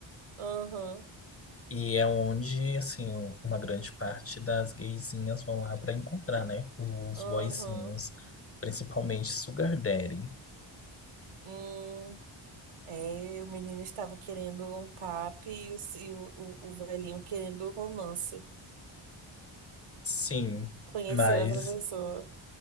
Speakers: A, on the right; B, on the left.
A: Aham,
B: E é onde, assim, o- uma grande parte das gaysinhas vão lá pra encontrar, né? Os
A: aham.
B: boyzinhos, principalmente Sugar Daddy.
A: Uhum. É, o menino estava querendo um papo e o, e o, o o velhinho querendo um romance.
B: Sim,
A: Conhecer
B: mas,
A: outra pessoa.